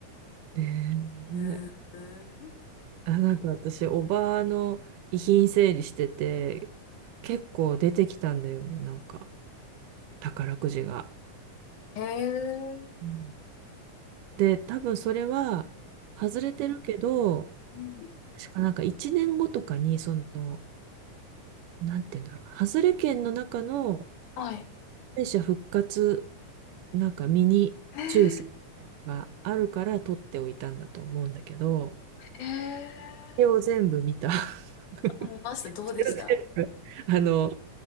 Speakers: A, on the right; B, on the left.
A: ね、
B: うーん。
A: あ、なんか私、おばあの遺品整理してて、結構出てきたんだよね、なんか、宝くじが。
B: へえ。
A: うんで、多分それは外れてるけど、
B: うん
A: 確かなんか1年後とかに、その、なんて言うんだろう、外れ券の中の
B: はい。
A: 敗者復活、なんかミニ抽選
B: へえ。
A: があるから取っておいたんだと思うんだけど、
B: へえ。
A: それを全部見た。<laughs>
B: 見ました。どうでした
A: 全部あの、